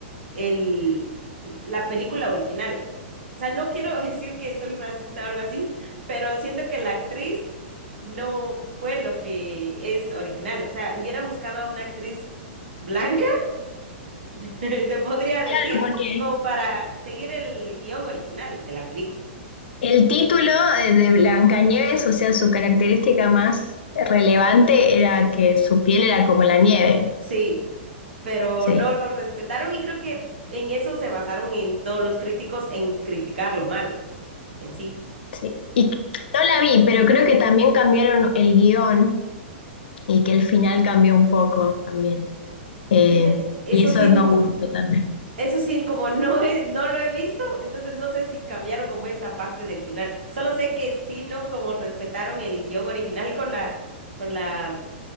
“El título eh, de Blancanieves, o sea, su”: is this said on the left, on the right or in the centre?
Left